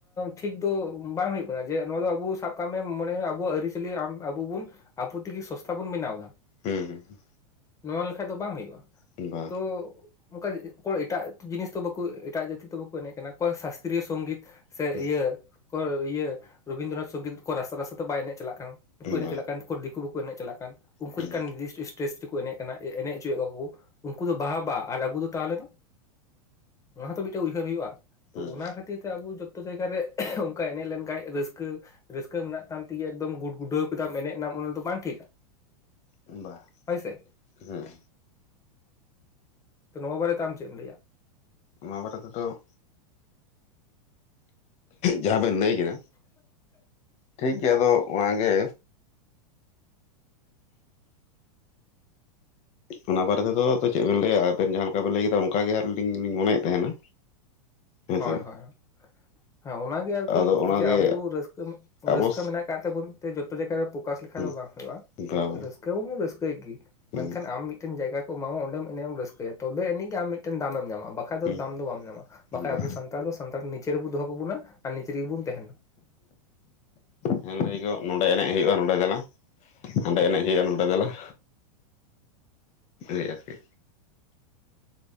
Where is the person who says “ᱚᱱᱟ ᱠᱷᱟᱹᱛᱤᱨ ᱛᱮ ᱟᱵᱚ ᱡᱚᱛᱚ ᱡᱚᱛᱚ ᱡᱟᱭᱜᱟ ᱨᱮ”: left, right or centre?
Left